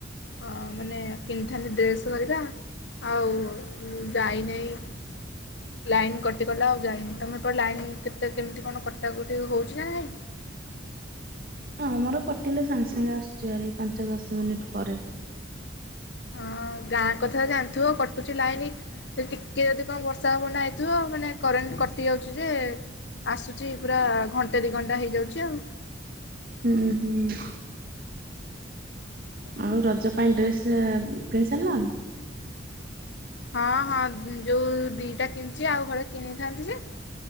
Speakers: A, on the left; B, on the right.
A: ଅଁ ମାନେ କିଣିଥାନ୍ତି ଡ୍ରେସ୍ ହରିକା। ଆଉ ଯାଇନାହିଁ। ଲାଇନ କଟିଗଲା, ଆଉ ଯାଇନି। ତମ ଏପଟେ ଲାଇନ କେତେ କେମିତି କଣ କଟାକଟି ହଉଛି ନା ନାହିଁ?
B: ହଁ, ଆମର କଟିଲେ ସାଙ୍ଗେ ସାଙ୍ଗେ ଆସୁଛି ହେରି, ପାଞ୍ଚ ଦଶ ମିନିଟ୍ ପରେ।
A: ହଁ, ଗାଁ କଥା ଜାଣିଥିବ, କଟୁଛି ଲାଇନ ଯଦି ଟିକେ ଯଦି କଣ ବର୍ଷା ପବନ ଆଇଥିବ, ମାନେ କରେଣ୍ଟ କଟି ଯାଉଛି ଯେ ଆସୁଛି, ପୁରା ଘଣ୍ଟେ ଦି ଘଣ୍ଟା ହେଇଯାଉଛି ଆଉ।
B: ଉଁ ହୁଁ। ଆଉ ରଜ ପାଇଁ ଡ୍ରେସ କିଣି ସାରିଲଣି?
A: ହଁ, ହଁ, ଯୋଉ ଦିଟା କିଣିଛି, ଆଉ ହଳେ କିଣିଥାନ୍ତି ଯେ,